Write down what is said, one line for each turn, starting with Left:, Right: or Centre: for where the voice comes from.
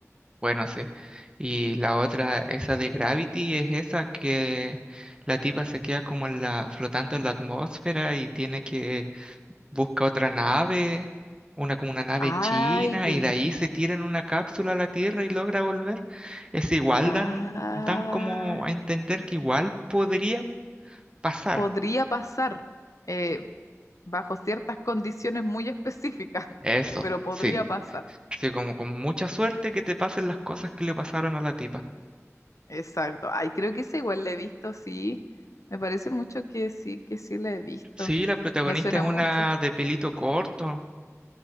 Right: Bueno, sí. Y la otra, esa de Gravity, es esa que la tipa se queda como en la, flotando en la atmósfera y tiene que busca otra nave, una como una nave
Left: Ay,
Right: china,
Left: ver-
Right: y de ahí se tira en una cápsula a la Tierra y logra volver. Es igual,
Left: verdad.
Right: dan, dan como a entender que igual podría pasar.
Left: Podría pasar eh, bajo ciertas condiciones muy específicas, <laughs>
Right: Eso,
Left: pero podría
Right: sí.
Left: pasar.
Right: Sí, como con mucha suerte que te pasen las cosas que le pasaron a la tipa.
Left: Exacto. Ay, creo que esa igual la he visto, sí. Me parece mucho que sí, que sí la he visto.
Right: Sí, la protagonista
Left: Me suena
Right: es una
Left: mucho.
Right: de pelito corto.